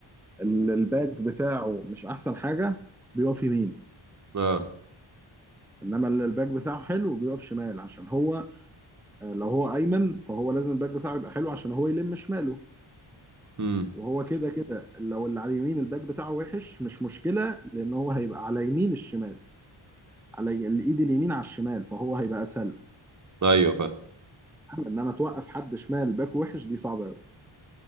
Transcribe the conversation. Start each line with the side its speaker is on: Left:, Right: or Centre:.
Centre: ال- الباك بتاعه مش احسن حاجة بيقف يمين
Right: اه
Centre: انما اللي الباك بتاعه حلو بيقف شمال عشان هو آه، لو هو ايمن فهو لازم الباك بتاعه يبقى حلو عشان هو يلم شماله
Right: امم
Centre: وهو كده كده لو اللي على اليمين الباك بتاعه وحش مش مشكلة لأن هو هيبقى على يمين الشمال على ي- الإيد اليمين على الشمال فهو هيبقى أسهل له
Right: ايوه فاهم
Centre: أما- إنما توقف حد شمال باك وحش دي صعبة أوي